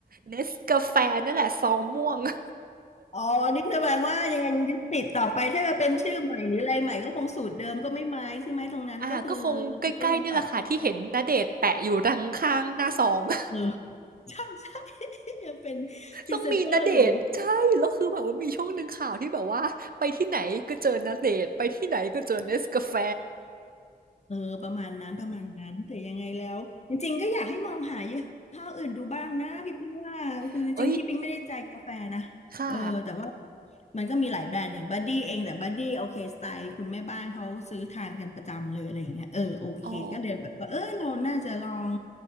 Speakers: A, on the right; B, on the left.
A: เนสกาแฟนั่นแหละซองม่วง <laughs>
B: อ๋อนี่แสดงว่ายังไงยึดติดต่อไปถ้าจะเป็นชื่อใหม่หรืออะไรใหม่ก็คงสูตรเดิมก็ไม่ไม้ใช่ไหมตรงนั้นก็คือ
A: อ่าก็คงใกล้ๆเนี่ยแหละค่ะที่เห็นณเดชน์แปะอยู่ดังข้างหน้าซอง
B: ก็ยังตอบเติม
A: <laughs>
B: เออ <laughs> ใช่ใช่ยังเป็นพรีเซนเตอร์อยู่
A: ต้องมีณเดชน์ใช่แล้วคือแบบว่ามีช่วงหนึ่งข่าวที่แบบว่าไปที่ไหนก็เจอณเดชน์ไปที่ไหนก็เจอเนสกาแฟ
B: เออประมาณนั้นประมาณนั้นแต่ยังไงแล้วจริงๆก็อยากให้มองหายี่ห้ออื่นดูบ้างนะพี่ปิ๊งว่าคือจริงๆพี่ปิ๊งไม่ได้ใจกาแฟนะเออแต่ว่า
A: <laughs> เอ้ยค่ะ
B: มันก็มีหลายแบรนด์อย่างบัดดี้เองแต่บัดดี้โอเคสไตล์คุณแม่บ้านเขาซื้อทานกันประจำเลยอะไรอย่างเงี้ยเออโอเคก็เลยแบบว่าเออเราน่าจะลอง
A: อ๋อ